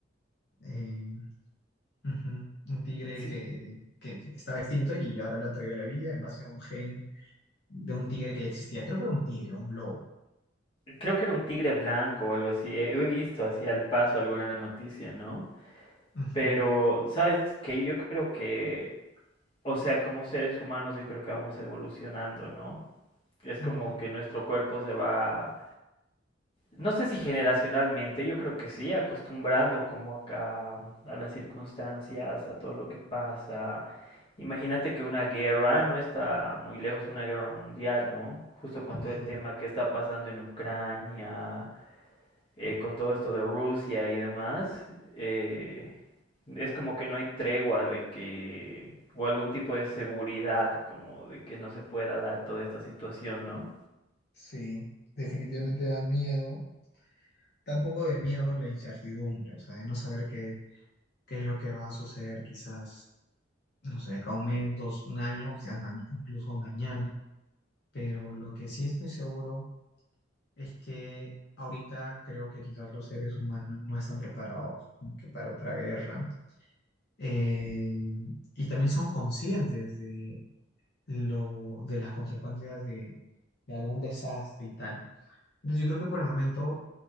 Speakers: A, on the left (about 60°); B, on the left (about 30°).
A: Eh, Ujú. Un tigre
B: Sí,
A: que, que- que estaba extinto y ahora lo han traído a la vida en base a un gen de un tigre que ya existía. Creo que era un tigre, un lobo.
B: creo que era un tigre blanco o algo así. He, he visto así al paso alguna noticia, ¿no?
A: Ujú,
B: Pero, ¿sabes que Yo creo que, o sea, como seres humanos, yo creo que vamos evolucionando, ¿no? Es
A: Ujú.
B: como que nuestro cuerpo se va, no sé si generacionalmente, yo creo que sí, acostumbrando como a, a las circunstancias, a todo lo que pasa. Imagínate que una guerra no está muy lejos, una guerra mundial, ¿no? Justo con
A: ujú.
B: todo el tema que está pasando en Ucrania, eh, con todo esto de Rusia y demás, eh, es como que no hay tregua de que, o algún tipo de seguridad, como de que no se pueda dar toda esta situación, ¿no?
A: Sí, definitivamente da miedo. Tampoco de miedo la incertidumbre, o sea, de no saber qué, qué es lo que va a suceder quizás, no sé, acá un mes, dos, un año o quizás ma- incluso mañana. Pero lo que sí estoy seguro es que ahorita creo que quizás los seres humanos no están preparados como que para otra guerra eh, y también son conscientes de, lo, de las consecuencias de, de algún desastre y tal. Entonces yo creo que por el momento